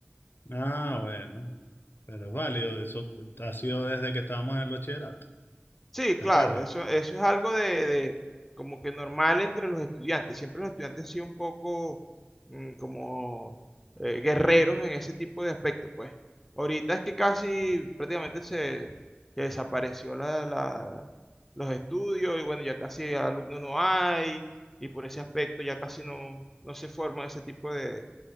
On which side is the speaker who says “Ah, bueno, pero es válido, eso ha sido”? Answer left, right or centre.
Left